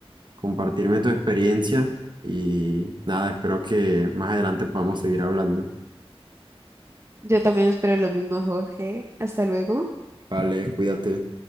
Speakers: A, on the right; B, on the right.
A: compartirme tu experiencia y nada, espero que más adelante podamos seguir hablando.
B: Yo también espero lo mismo, Jorge. Hasta luego.
A: Vale, <laughs> cuídate.